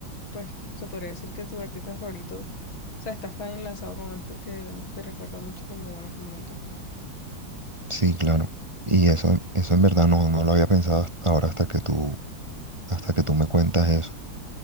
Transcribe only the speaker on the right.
Sí, claro. Y eso, eso en verdad no, no lo había pensado hasta ahora hasta que tú, hasta que tú me cuentas eso.